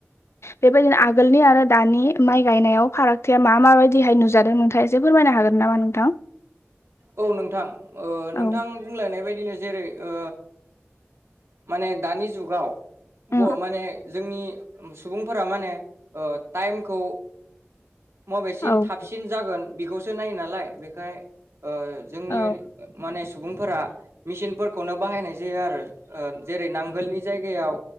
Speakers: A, on the left; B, on the right.
A: बेबायदिनो आगोलनि आरो दानि माइ गायनायाव फारागथिया मा माबायदिहाय नुजादों नोंथाङा एसे फोरमायनो हागोन नामा नोंथां?
B: औ नोंथां ओ
A: औ
B: नोंथां बुंलायनाय बायदिनो जेरै ओ माने दानि जुगाव <unintelligible>
A: औ
B: माने जोंनि सुबुंफोरा माने ओ टाइमखौ मबेसिन
A: औ
B: थाबसिन जागोन बेखौसो नायो नालाय बे खाय ओ जोंनि
A: औ
B: माने सुबुंफोरा मेसिनफोरखौनो बाहायनाय जायो आरो ओ जेरै नांगोलनि जायगायाव